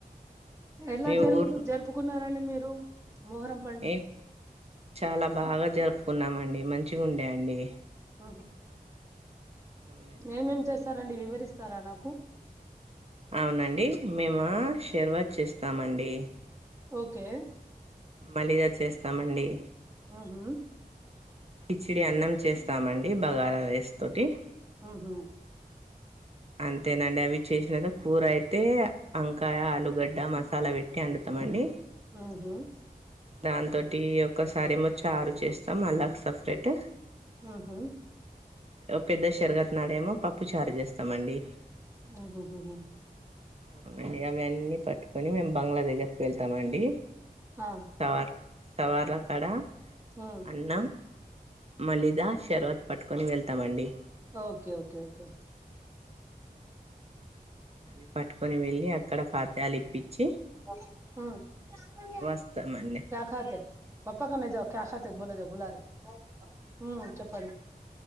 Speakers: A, on the right (about 15°); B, on the right (about 40°).
A: ఎలా
B: మీ
A: జరుపు
B: ఊరు
A: జరుపుకున్నారండి మీరు మోహరం
B: ఏ చాలా బాగా జరుపుకున్నామ అండి మంచిగా ఉండేయండి
A: హ
B: అవునండి
A: ఏమేం చేస్తారండి వివరిస్తారా నాకు
B: అవునండి మేము షేర్బత్ చేస్తామండి
A: ఓకే
B: మలిద చేస్తామండి
A: ఆహా
B: కిచడి అన్నం చేస్తామండి బగారా రైస్ తోటి
A: ఉహు హు
B: అంతేనండి అవి చేసినక కూర అయితే వంకాయ ఆలుగడ్డ మసాలా పెట్టి వండుతామండి
A: ఆహా
B: దానితోటి ఒక్కసారి ఏమో చారు చేస్తాం అలాగ్ సపరేట్
A: ఊ హు
B: ఒక పెద్ద షెరగదు నాడేమో పప్పుచారు చేస్తామండి
A: ఊ హు హు హు
B: అవునండిఅవన్నీ పట్టుకొని మేము బంగ్లా దగ్గరకి వెళ్తామ అండి
A: ఆ
B: టవర్ టవర్ల కాడా
A: ఆ
B: అన్నం మలిద శర్వత్ పట్టుకొని వెళ్తామండి
A: ఓకే ఓకే ఓకే
B: అవి పట్టుకొని వెళ్ళి అక్కడ ఫాతియాలు ఇప్పించి
A: ఓకే ఆ బులారే
B: వస్తామండి
A: పప్ప కనే జవ్ క్యా ఖాతేకి కి బోలో బులెరే ఆ చెప్పండి